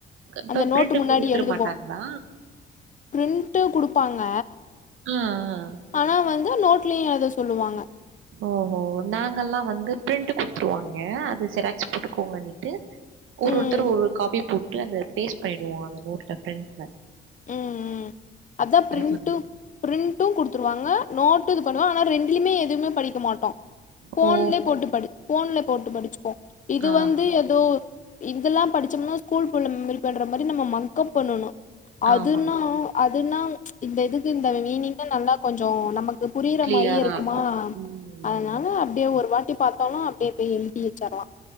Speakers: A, on the right; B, on the left.
A: இப்ப
B: அந்த நோட்டு
A: பிரிண்ட் எடுத்து
B: முன்னாடி
A: குடுத்துட
B: எழுதுவோ
A: மாட்டாங்களா
B: பிரிண்ட்டு குடுப்பாங்க
A: ம் ம்
B: ஆனா வந்து நோட்லயு எழுத சொல்லுவாங்க
A: ஓஹோ நாங்கல்லா வந்து பிரிண்ட் குடுத்துருவாங்க அது ஜெராக்ஸ் போட்டுக்கோங்கன்னிட்டு ஒரு
B: ம்
A: ஒருத்தர் ஒரு ஒரு காபி போட்டு அந்த பேஸ்ட் பண்ணிடுவோ அந்த நோட்ல ஃபிரண்ட்ல
B: ம் ம் அதா பிரிண்ட்டு
A: பண்ணி
B: பிரிண்ட்டு குடுத்துருவாங்க நோட்டுக் தனியா ஆனா ரெண்டுலயுமே எதுவுமே படிக்க மாட்ட ஃபோன்லே
A: ஓஹோ!
B: போட்டு படி ஃபோன்ல போட்டு படிச்சுப்போ இது
A: ஆஹா.
B: வந்து எதோ இங்கெல்லா படிச்சோம்னா ஸ்கூல் பொண்லா மெமரி பண்ற மாரி நம்ம மக்கப் பண்ணணு அதுன்னா
A: ஆமா.
B: அதுன்னா இந்த இதுக்கு இந்த மீனிங்னா நல்லா கொஞ்சொ நமக்கு புரியிற
A: கிளியரா
B: மாறியே இருக்குமா
A: இருக்கும். ம்.
B: அதனால அப்டியே ஒரு வாட்டி பாத்தாலு அப்டியே போய் எழுதி வச்சர்லா